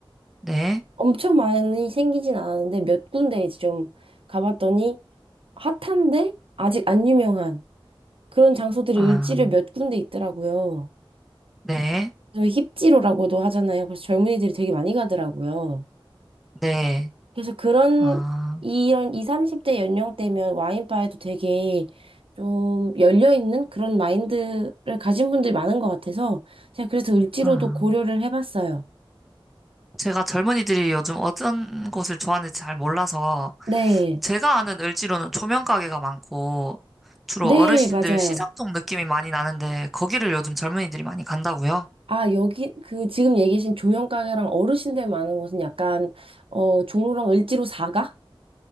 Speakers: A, in the centre; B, on the right (about 75°).
A: 네.
B: 엄청 많이 생기진 않았는데, 몇 군데 이제 좀 가봤더니, 핫한데, 아직 안 유명한 그런 장소들이
A: 아,
B: 을지로에 몇 군데 있더라고요.
A: 네.
B: 그래서 힙지로라고도 하잖아요. 그래서 젊은이들이 되게 많이 가더라고요.
A: 네.
B: 그래서 그런
A: 아,
B: 이런 20, 30대 연령대면 와인바에도 되게 좀 열려있는 그런 마인드를 가진 분들이 많은 것 같아서 제가 그래서 을지로도
A: 아.
B: 고려를 해봤어요.
A: 제가 젊은이들이 요즘 어떤 곳을 좋아하는지 잘 몰라서
B: 네.
A: 제가 아는 을지로는 조명 가게가 많고 주로
B: 네,
A: 어르신들
B: 맞아요.
A: 시장 쪽 느낌이 많이 나는데 거기를 요즘 젊은이들이 많이 간다고요?
B: 아, 여기, 그, 지금 얘기하신 조형가게랑 어르신들 많은 곳은 약간, 어, 종로랑 을지로 4가?